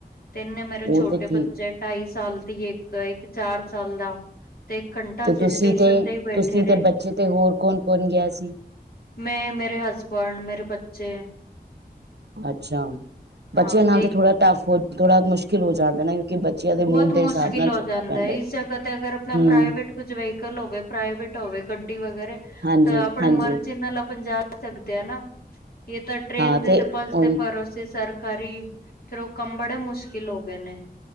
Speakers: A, on the left; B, on the right.
A: ਤੇ ਇੰਨੇ ਮੇਰੇ
B: ਉਹ
A: ਛੋਟੇ
B: ਤੇ ਠੀਕ
A: ਬੱਚੇ ਢਾਈ-ਸਾਲ ਦੀ ਏ ਇੱਕ, ਇੱਕ ਚਾਰ ਦਾ, ਤੇ ਇੱਕ ਘੰਟਾ
B: ਤੇ
A: ਅਸੀਂ
B: ਤੁਸੀਂ
A: ਸਟੇਸ਼ਨ
B: ਤੇ,
A: ਹੀ ਬੈਠੇ
B: ਤੁਸੀਂ
A: ਰਹੇ।
B: ਤੇ ਬੱਚੇ ਤੇ ਹੋਰ ਕੌਣ-ਕੌਣ ਗਿਆ ਸੀ?
A: 'ਮੈਂ' ਮੇਰੇ ਹਸਬੰਡ, ਮੇਰੇ ਬੱਚੇ।
B: ਅੱਛਾ।
A: ਹਾਂ
B: ਬੱਚਿਆਂ ਨਾਲ
A: ਤੇ
B: ਤਾਂ ਥੋੜਾ ਟਫ, ਹੋ ਥੋੜਾ ਮੁਸ਼ਕਿਲ ਹੋ ਜਾਂਦਾ ਨਾ। ਬੱਚਿਆਂ ਦੇ
A: ਬਹੁਤ
B: ਮੂਡ
A: ਮੁਸ਼ਕਿਲ
B: ਦੇ ਹਿਸਾਬ ਨਾਲ
A: ਹੋ
B: ਚੱਲਣਾ
A: ਜਾਂਦਾ।
B: ਪੈਂਦਾ।
A: ਇਸ ਜਗ੍ਹਾ ਤੇ, ਅਗਰ ਆਪਣਾ
B: ਹੂੰ
A: ਪ੍ਰਾਈਵੇਟ ਕੁੱਝ ਵਹੀਕਲ ਹੋਵੇ, ਪ੍ਰਾਈਵੇਟ ਹੋਵੇ, ਗੱਡੀ ਵਗੈਰਾ
B: ਹਾਂਜੀ
A: ਤਾਂ ਆਪਣੇ
B: ਹਾਂਜੀ
A: ਮਰਜੀ ਨਾਲ ਆਪਨ ਜਾ ਸਕਦੇ ਆਂ ਨਾ, ਇਹ ਤਾ ਟ੍ਰੇਨ
B: ਹਾਂ
A: ਦੇ, ਤੇ ਪਸਦੇ
B: ਉਹੀ
A: ਭਰੋਸੇ ਸਰਕਾਰੀ ਫਿਰ, ਉਹ ਕੰਮ ਬੜੇ ਮੁਸ਼ਕਿਲ ਹੋ ਗਏ ਨੇ।